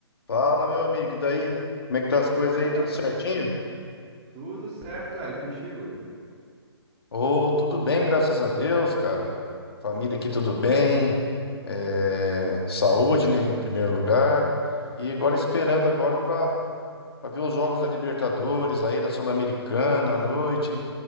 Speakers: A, on the left (about 60°); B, on the right (about 25°).
A: Fala, meu amigo, e daí? Como é que tá as coisas
B: Opa,
A: aí? Tudo certinho?
B: tudo certo, cara, e contigo?
A: Ô, tudo bem, graças a Deus, cara. Família aqui tudo bem. É, Saúde, né, em primeiro lugar. E agora esperando agora para ver os jogos da Libertadores, aí da Sul-Americana à noite.